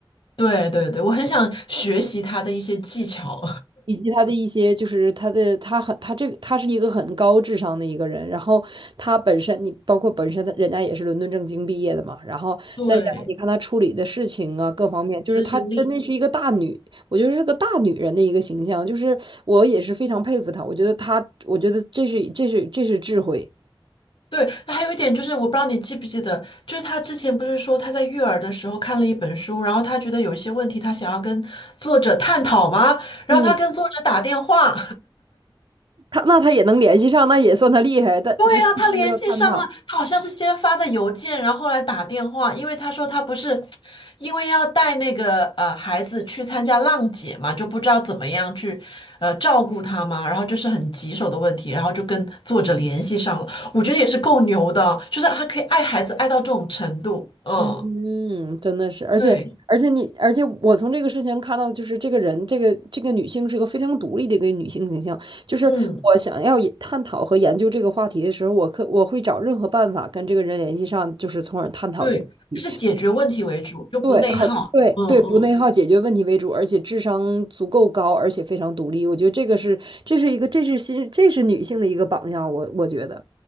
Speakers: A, on the left; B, on the right.
A: 对对对，我很想学习他的一些技巧，
B: 以及他的一些，就是他的，他很，他这个，他是一个很高智商的一个人。然后他本身，你包括本身他，人家也是伦敦政经毕业的嘛。然后再加上你看他处理的事情啊，
A: <laughs> 对，
B: 各方面，就是他真的是一个大女，
A: 执行力。
B: 我觉得是个大女人的一个形象。就是我也是非常佩服她，我觉得她，我觉得这是这是这是智慧。
A: 对，还有一点就是，我不知道你记不记得，就是他之前不是说他在育儿的时候看了一本书，然后他觉得有一些问题他想要跟作者探讨吗？然后他跟作者打电话，
B: 嗯，她那她也能联系上，那也算她厉害。但她
A: 对呀、
B: <laughs> 就是要探讨。
A: 他联系上了，他好像是先发的邮件，然后后来打电话，因为他说他不是因为要带那个呃孩子去参加浪姐嘛，就不知道怎么样去呃照顾他嘛，然后就是很棘手的问题，然后就跟作者联系上了，我觉得也是够牛的，就是他可以爱孩子爱到这种程度，嗯，
B: 嗯，真的是，而且而且你，
A: 对，
B: 而且我从这个事情看到，就是这个人，这个这个女性是个非常独立的一个女性形象。就是我想要也探讨和研究这个话题的时候，
A: 嗯，
B: 我可我会找任何办法跟这个人联系上，就是从而探讨这个问题。
A: 对，他是解决问题为主，就不内耗，
B: 对，很对对，
A: 嗯嗯。
B: 不内耗，解决问题为主，而且智商足够高，而且非常独立。我觉得这个是这是一个这是新这是女性的一个榜样，我我觉得